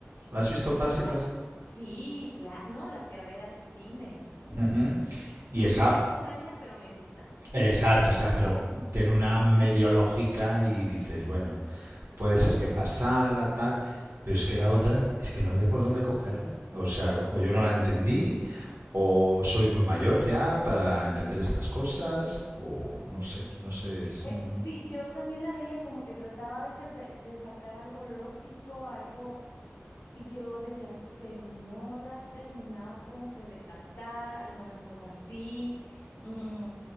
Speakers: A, on the right; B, on the left.
A: ¿Has visto
B: A
A: Parásitos?
B: Esa, sí, claro, no, la fui a ver al cine.
A: Uh -huh. Y
B: Muy
A: esa,
B: extraña, pero me gusta.
A: exacto, o sea, pero tiene una medio lógica y dices, bueno, puede ser que pasara, tal, pero es que la otra es que no había por dónde cogerla. O sea, o yo no la entendí, o soy muy mayor ya para entender estas cosas, o no sé, no sé, es
B: Eh,
A: un...
B: sí, yo también la veía como que trataba a veces de, de sacar algo lógico, algo, y yo decía, pero no la terminaba como que de captar, algunas cosas sí. mm,